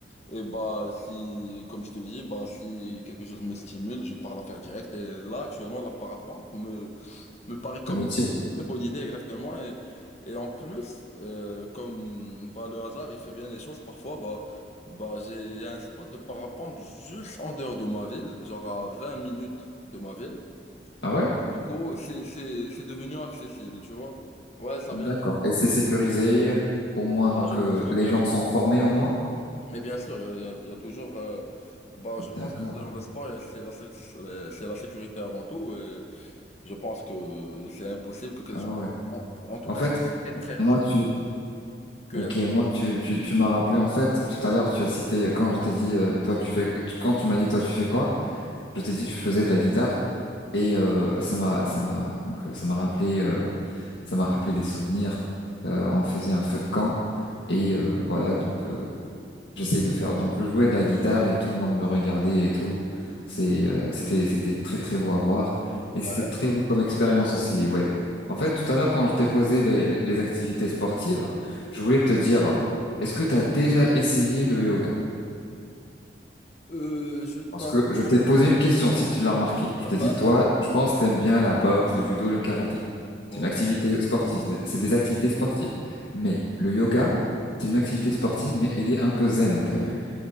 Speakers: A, on the left; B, on the left.
A: Et bah si, comme je te dis, bah si quelque chose me stimule, je pars la faire direct. Et là, actuellement, la parapente me, me paraît comme
B: de motif.
A: une très bonne idée, exactement. Et, et en plus, euh, comme bah, le hasard, il fait bien les choses parfois, bah, bah j'ai, il y a un spot de parapente juste en dehors de ma ville, genre à 20 minutes de ma ville.
B: Ah ouais?
A: Du coup, c'est, c'est, c'est devenu accessible, tu vois. Ouais, ça
B: D'accord.
A: vient de
B: Et c'est sécurisé, au moins, donc
A: là, je pense
B: euh,
A: que oui.
B: les gens sont formés au moins.
A: Mais bien sûr, il y a, il y a- il y a toujours. euh, bah,
B: D'accord.
A: je pense que ce genre de sport, euh, c'est la, sé- euh, c'est la sécurité avant tout. Et je pense que c'est impossible que. que-
B: Ah ouais.
A: en, en tout
B: En
A: cas,
B: fait,
A: c'est très, très
B: moi
A: rare
B: tu,
A: qu'il
B: ok,
A: y a des gens
B: moi tu, tu,
A: qui-
B: tu m'as rappelé en fait tout à l'heure tu as cité quand je t'ai dit euh, toi tu fais, quand tu m'as dit toi tu fais quoi, je
A: Ouais.
B: t'ai dit je faisais de la guitare et euh, ça m'a, ça m'a donc euh, ça m'a rappelé, euh, ça m'a rappelé des souvenirs. Euh, on faisait un feu de camp et euh, voilà donc. Euh, J'essayais de faire. Donc, je jouais de la guitare et tout le monde me regardait et tout. C'est, euh, c'était, c'était très, très beau à voir. Et
A: Ouais.
B: c'était très beau comme expérience aussi, ouais. En fait,
A: Et tu-
B: tout à l'heure, quand je t'ai posé les, les activités sportives, je voulais te dire, est-ce que tu as déjà essayé le yoga?
A: Euh, je t'avoue.
B: Parce que
A: <laughs>
B: je t'ai posé une question, si tu l'as remarqué. Je
A: Ah,
B: t'ai dit,
A: ah.
B: toi, je pense que t'aimes bien la boxe, le judo, le karaté.
A: Ouais.
B: C'est une activité sportive, c'est des activités sportives. Mais le yoga, c'est une activité sportive, mais elle est un peu zen, t'as vu?